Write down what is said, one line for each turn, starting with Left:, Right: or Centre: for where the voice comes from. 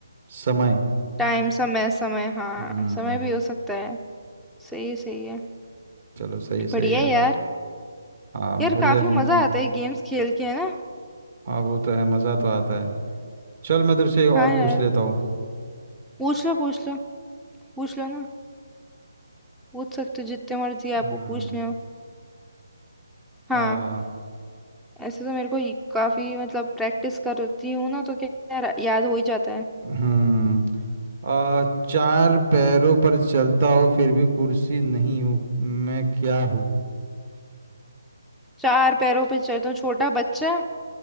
Right: समय
Centre: टाइम समय समय हाँ
Right: हम्म
Centre: समय भी हो सकता है सही है सही है
Right: चलो सही सही
Centre: बढ़िया
Right: है
Centre: है यार
Right: हाँ
Centre: यार
Right: बढ़िया
Centre: काफी
Right: दिन
Centre: मजा
Right: तुमने
Centre: आता है गेम्स खेल के है ना
Right: हाँ वो तो है मज़ा तो आता है चल मैं तेरे से और
Centre: हाँ
Right: पूछ
Centre: यार
Right: लेता हूँ
Centre: पूछ लो पूछ लो पूछ लो ना पूछ सकते हो जितने मर्जी
Right: हम्म
Centre: आपको पूछने हो हाँ
Right: हाँ
Centre: ऐसे तो मेरे को ये- काफी मतलब प्रैक्टिस करती हूँ ना तो क्या क्या रा- याद हो ही जाता है
Right: हम्म आ, चार पैरों पर चलता हूँ फिर भी कुर्सी नहीं हूँ मैं क्या हूँ
Centre: चार पैरों पे चलता हूँ छोटा बच्चा